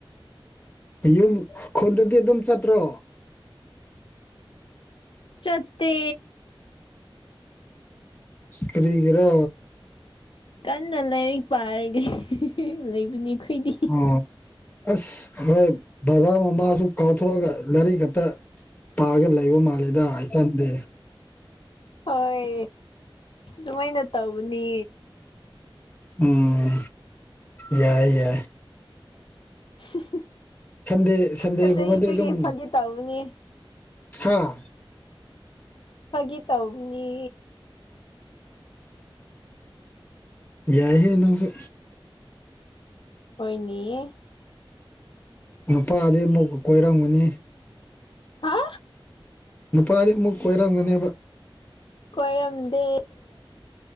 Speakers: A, on the left (about 20°); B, on the left (about 60°).
A: ꯌꯨꯝ ꯈꯨꯜꯗꯗꯤ ꯑꯗꯨꯝ ꯆꯠꯇ꯭ꯔꯣ
B: ꯆꯠꯇꯦ
A: ꯀꯔꯤꯒꯤꯔꯣ
B: ꯀꯟꯅ ꯂꯥꯏꯔꯤꯛ ꯄꯥꯔꯒ ꯂꯩꯕꯅꯤ ꯑꯩꯈꯣꯏꯗꯤ
A: ꯑꯣ ꯑꯁ ꯍꯣꯏ ꯕꯕꯥ ꯃꯃꯥꯁꯨ ꯀꯥꯎꯊꯣꯛꯑꯒ ꯂꯥꯏꯔꯤꯛ ꯈꯛꯇ ꯄꯥꯔꯒ ꯂꯩꯕ ꯃꯥꯜꯂꯦꯗ ꯏꯆꯥꯟꯗꯤ
B: ꯍꯣꯏ ꯑꯗꯨꯃꯥꯏꯅ ꯇꯧꯕꯅꯦ
A: ꯎꯝ ꯌꯥꯏ ꯌꯥꯏ
B: <inaudible>
A: ꯁꯟꯗꯦ ꯁꯟꯗꯦ
B: ꯀꯗꯥꯏꯗꯒꯤ
A: ꯒꯨꯝꯕꯗꯤ ꯑꯗꯨꯝ
B: ꯐꯥꯒꯤ ꯇꯧꯕꯅꯤ
A: ꯍꯥꯥ
B: ꯐꯥꯒꯤ ꯇꯧꯕꯅꯦ
A: ꯌꯥꯏꯍꯦ ꯅꯪꯁꯨ
B: ꯍꯣꯏꯅꯦ
A: ꯅꯨꯄꯥꯗꯤ ꯑꯃꯨꯛ ꯀꯣꯏꯔꯝꯒꯅꯤ
B: ꯍꯥ
A: ꯅꯨꯄꯥꯗꯤ ꯑꯃꯨꯛ ꯀꯣꯏꯔꯝꯒꯅꯦꯕ
B: ꯀꯣꯏꯔꯝꯗꯦ